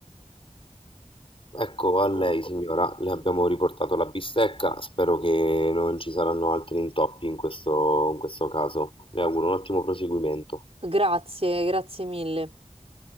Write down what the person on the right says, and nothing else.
Eh,
Grazie, grazie mille.